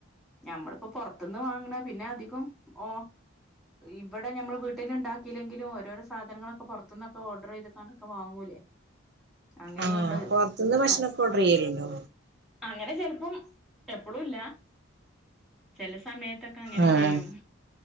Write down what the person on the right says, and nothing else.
ആഹ് പൊറത്തുന്ന് ഭക്ഷണൊക്കെ
ഓർഡർ ചെയ്യലുണ്ടോ
ആഹ്